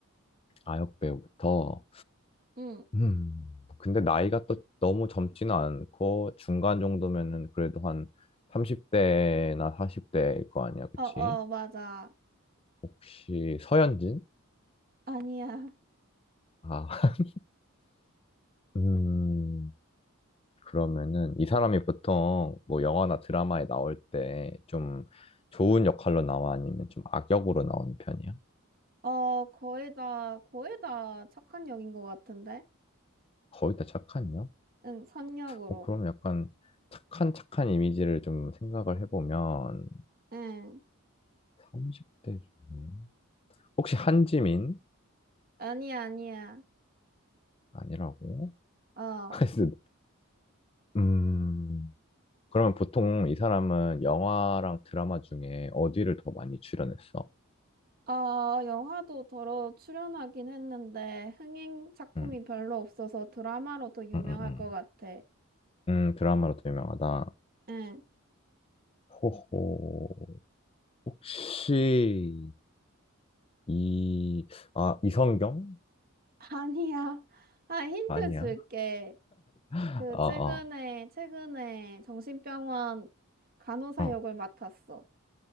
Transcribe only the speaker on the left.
아, 역배우부터.
음, 근데 나이가 또 너무 젊지는 않고 중간 정도면은 그래도 한 30대나 40대일 거 아니야, 그치?
혹시 서현진?
아, <laughs> 음, 그러면은 이 사람이 보통 뭐 영화나 드라마에 나올 때 좀 좋은 역할로 나와 아니면 좀 악역으로 나오는 편이야?
거의 다 착한 역?
어, 그럼 약간 착한 착한 이미지를 좀 생각을 해보면
30대 중에 혹시 한지민?
아니라고?
그래서, 음, 그러면 보통 이 사람은 영화랑 드라마 중에 어디를 더 많이 출연했어?
음,
음, 음, 음.
음, 드라마로 더 유명하다.
호호, 혹시, 이, 아, 이성경?
아니야.
아,
아,
어.